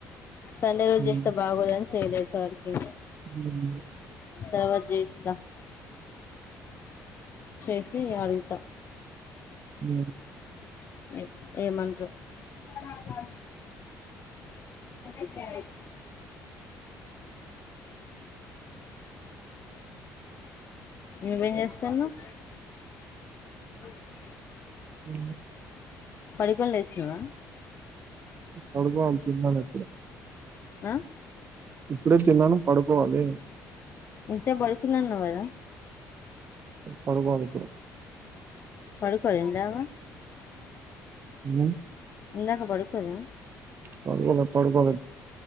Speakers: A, on the left; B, on the right.
A: సండే రోజ
B: మ్.
A: జెత్తే బాగోదారి చెయలే ఆది
B: మ్.
A: తర్వాజ జిత్త చేసి అడుగుతా
B: లేదు
A: ఏ ఏమంటవ్ ఉమ్ అదే ఒకే సేవంటి నువ్వేం చేస్తాన్నావ్ చెప్పు
B: ఊ
A: పడుకోనీలేచినవా
B: పడుకోవాలే తిన్నాను ఇప్పుడే
A: ఆ
B: ఇప్పుడే తిన్నాను పడుకోవాలి
A: ఇంతసేపు బడుకున్నాను నువ్వదా
B: పడుకోవాలి ఇప్పుడు
A: పడుకోలే ఇందావా
B: మ్
A: ఇందాక పడుకోలేదా
B: పడుకోలే పడుకోద